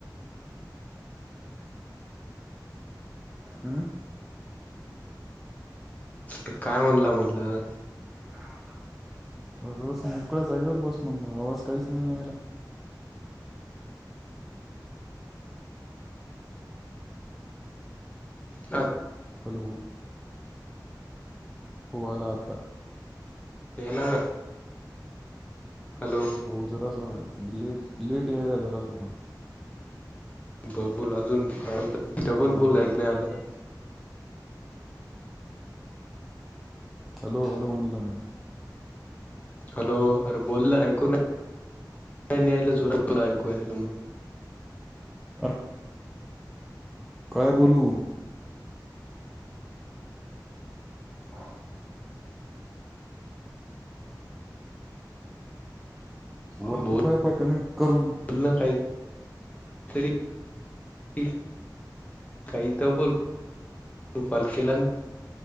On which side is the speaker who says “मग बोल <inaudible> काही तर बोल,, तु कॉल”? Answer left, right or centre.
Left